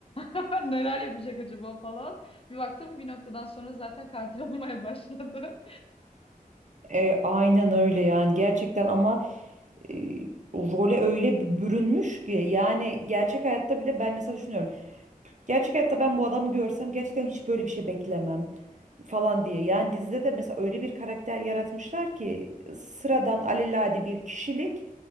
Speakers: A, on the left; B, on the right.
A: <laughs> neler yapacak acaba falan. Bir baktım bir noktadan sonra zaten katil olmaya başladı.
B: E, aynen öyle yani gerçekten ama e, o role öyle bir bürünmüş ki yani gerçek hayatta bile ben mesela düşünüyorum. Gerçek hayatta ben bu adamı görsem gerçekten hiç böyle bir şey beklemem. falan diye. Yani dizide de mesela öyle bir karakter yaratmışlar ki sıradan alelade bir kişilik